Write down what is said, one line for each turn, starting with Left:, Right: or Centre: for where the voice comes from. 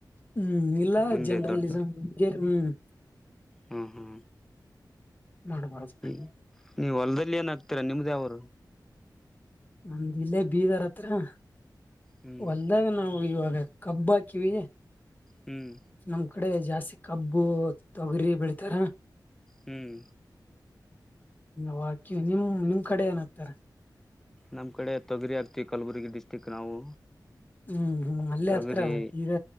Left: ಹ್ಮ್ ಇಲ್ಲ
Centre: ಮುಂದೆ
Left: ಜರ್ನಲಿಸಮ್
Centre: ದೊಡ್ಡ
Left: ಗೆರಿ ಹ್ಮ್.
Centre: ಹಂ ಹಂ
Left: ಮಾಡ್ಬಾರ್ದ.
Centre: ಈ ನೀವ್ ಹೊಲದಲ್ಲಿ ಏನ್ ಹಾಕ್ತೀರಾ ನಿಮ್ದ ಯಾವೂರ?
Left: ನಮ್ದ ಇಲ್ಲೇ ಬೀದರ ಹತ್ತಿರ
Centre: ಹ್ಮ್
Left: ಹೊಲ್ದಾಗ ನಾವು ಇವಾಗ ಕಬ್ಬ ಹಾಕಿವಿ.
Centre: ಹ್ಮ್
Left: ನಮ್ ಕಡೆ ಜಾಸ್ತಿ ಕಬ್ಬು ತೊಗರಿ ಬೆಳತಾರ.
Centre: ಹ್ಮ್
Left: ಹಾಕಿ ನಿಮ ನಿಮ್ ಕಡೆ ಏನಾಗ್ತಾರೆ
Centre: ನಮ್ಮ್ ಕಡೆ ತೊಗರಿ ಆಗ್ತಿವಿ ಕಲಬುರ್ಗಿ ಡಿಸ್ಟ್ರಿಕ್ ನಾವು
Left: ಹ್ಮ್ ಹ್ಮ್ ಅಲ್ಲ
Centre: ತೊಗರಿ
Left: ಅತ್ರಲ್ಲ ಗೀದ